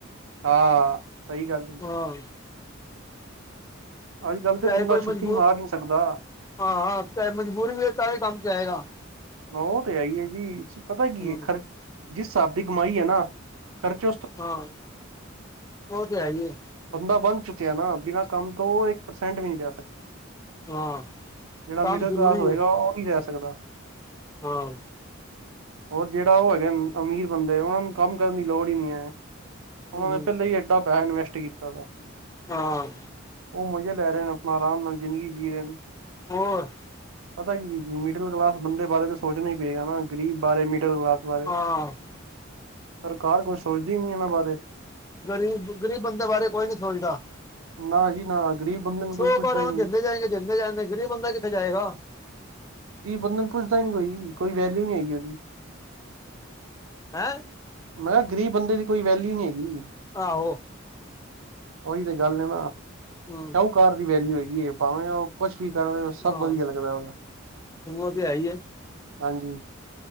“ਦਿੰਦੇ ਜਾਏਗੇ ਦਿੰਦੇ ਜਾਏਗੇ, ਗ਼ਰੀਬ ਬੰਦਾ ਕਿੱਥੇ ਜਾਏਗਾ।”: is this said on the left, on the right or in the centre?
Left